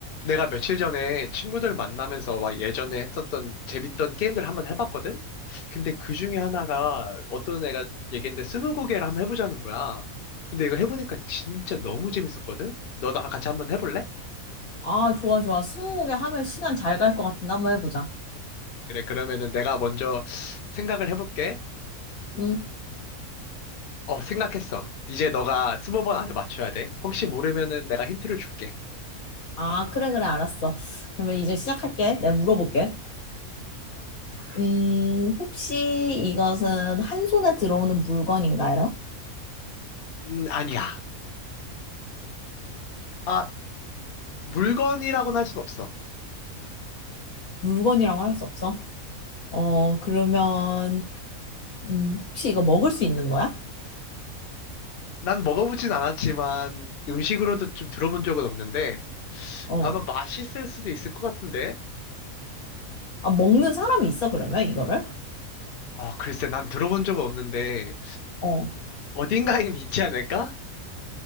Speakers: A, on the left (about 50°); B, on the left (about 75°).
A: 내가 며칠 전에 친구들 만나면서 막 예전에 했었던 재밌던 게임들 한번 해봤거든? 근데 그 중에 하나가 어떤 애가 얘기했는데 스무고개를 한번 해보자는 거야. 근데 이거 해보니까 진짜 너무 재밌었거든? 너 나랑 같이 한번 해볼래?
B: 아, 좋아, 좋아. 스무고개 하면 시간 잘 갈 것 같은데 한번 해보자.
A: 그래, 그러면은 내가 먼저 생각을 해볼게. 음,
B: 응?
A: 어, 생각했어. 이제 너가 스무 번 안에 맞춰야 돼. 혹시 모르면은 내가 힌트를 줄게.
B: 아, 그래, 그래, 알았어. 그러면 이제 시작할게. 내가 물어볼게. 음, 혹시 이것은 한 손에 들어오는 물건인가요?
A: 음, 아니야. 아, 물건이라고는 할 순 없어.
B: 물건이라고 할 수 없어? 어, 그러면, 음, 혹시 이거 먹을 수 있는 거야?
A: 난 먹어보진 않았지만 음식으로도 좀 들어본 적은 없는데
B: 어.
A: 아마 맛있을 수도 있을 것 같은데
B: 아, 먹는 사람이 있어, 그러면 이거를?
A: 아 글쎄 난 들어본 적은 없는데
B: 어.
A: 어딘가엔 있지 않을까?